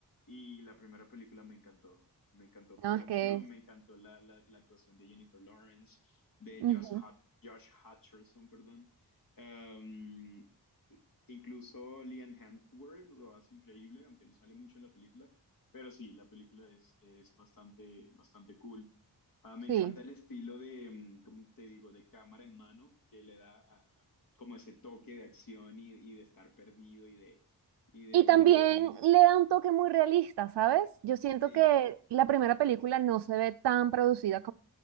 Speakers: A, on the left (about 55°); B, on the right (about 85°).
A: Y la primera película me encantó. Me encantó por
B: No,
A: la
B: es
A: acción,
B: que es,
A: me encantó la, la, la actuación de Jennifer Lawrence, de
B: ujú,
A: Josh, Hut- Josh Hutcherson, perdón. Um, incluso Liam Hemsworth lo hace increíble, aunque no sale mucho en la película. Pero sí, la película es, es bastante, bastante cool. Ah, me
B: sí.
A: encanta el estilo de, mm, ¿cómo te digo?, de cámara en mano, que le da ah, como ese toque de acción y, y de estar perdido y de, y de
B: Y
A: un...
B: también le da un toque muy realista, ¿sabes? Yo siento
A: Sí,
B: que la primera película no se ve tan producida